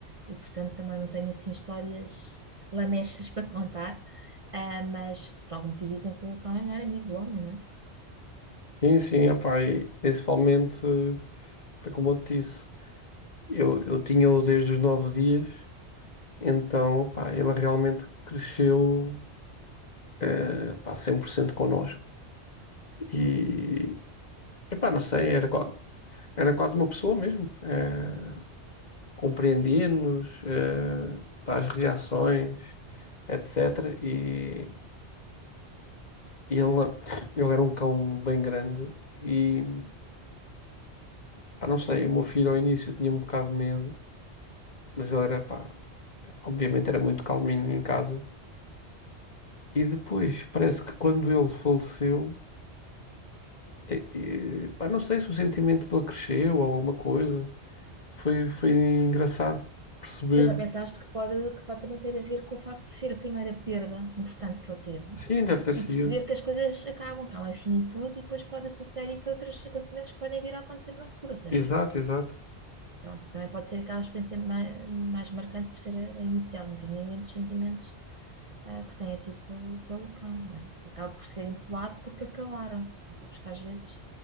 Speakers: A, on the right; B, on the left.
A: e portanto também não tenho assim histórias lamechas para contar, Ah, mas por algum motivo dizem que o cão é o melhor amigo do homem, não é?
B: sim, sim, opá, e principalmente eh, foi como eu te disse, eu, eu tinha-o desde os nove dias, então pá, ele realmente cresceu eh, pá, 100% connosco. E epá, não sei, era, qua- era quase uma pessoa mesmo, eh, compreendia-nos, eh, pá, as reações etc. E E ele, ele era um cão bem grande e, pá, não sei, o meu filho ao início tinha um bocado de medo, mas ele era, pá, obviamente era muito calminho em casa. E depois, parece que quando ele faleceu, eh, eh, pá, não sei se o sentimento dele cresceu ou alguma coisa, foi, foi engraçado perceber.
A: Mas já pensaste que pode, que pode também ter a ver com o facto de ser a primeira perda importante que ele teve
B: Sim, deve
A: e,
B: ter sido.
A: e perceber que as coisas acabam, que há uma finitude e depois pode associar isso a outros acontecimentos que podem vir a acontecer no futuro. Ou seja,
B: Exato, exato.
A: Pronto, também pode ser aquela experiência mais, mais marcante por ser a a inicial, independente dos sentimentos ah, que tenha tido pelo, pelo cão, não é? Acaba por ser empolado porque acabaram. Mas sabes que às vezes